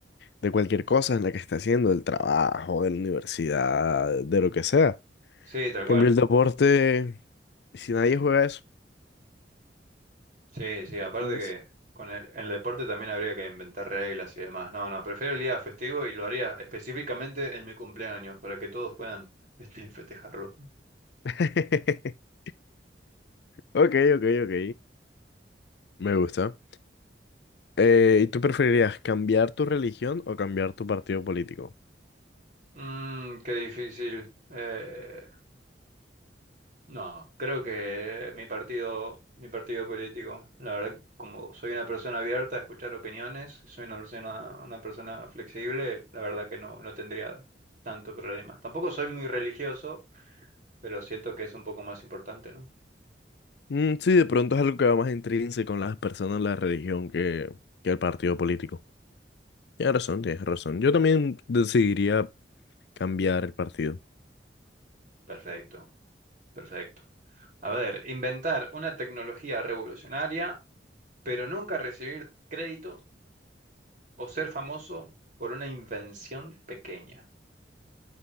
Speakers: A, on the left; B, on the right.
A: de cualquier cosa en la que esté haciendo, del trabajo, de la universidad, de lo que sea.
B: Sí, tal cual.
A: Cambio el deporte si nadie juega eso,
B: Sí, sí, aparte
A: ¿entiendes?
B: que con el, en el deporte también habría que inventar reglas y demás. No, no, prefiero el día festivo y lo haría específicamente en mi cumpleaños para que todos puedan <laughs> este, festejarlo.
A: <laughs> Ok, ok, ok. Me gusta. Eh, ¿y tú preferirías cambiar tu religión o cambiar tu partido político?
B: Mm, qué difícil. Eh, no, creo que mi partido, mi partido político, la verdad, como soy una persona abierta a escuchar opiniones y soy una persona, una persona flexible, la verdad que no, no tendría tanto problema. Tampoco soy muy religioso, pero siento que es un poco más importante, ¿no?
A: Mm, sí, de pronto es algo que va más intrínseco en las personas, la religión, que, que el partido político. Tienes razón, tienes razón. Yo también decidiría cambiar el partido.
B: Perfecto. Perfecto. A ver, inventar una tecnología revolucionaria, pero nunca recibir crédito o ser famoso por una invención pequeña.